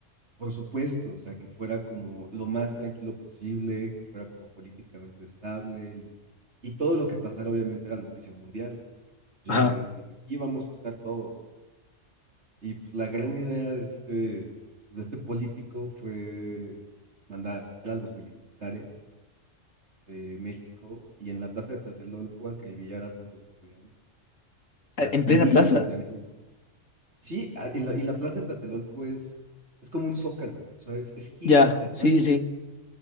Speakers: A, on the right; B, on the left.
A: por supuesto, o sea, que fuera como lo más tranquilo posible, que fuera como políticamente estable y, y todo lo que pasara obviamente era noticia mundial, porque ya
B: Ajá.
A: era de que aquí vamos a estar todos, ¿no? Y pues la gran idea de este, de este político fue mandar a los militares de México y en la plaza de Tlatelolco acribillar a todos los estudiantes. O sea,
B: En
A: miles
B: plena plaza.
A: de estudiantes. Sí, a- en la- y la plaza de Tlatelolco es, es como un zócalo, o sea, es, es gigante
B: Ya,
A: aparte.
B: sí, sí, sí.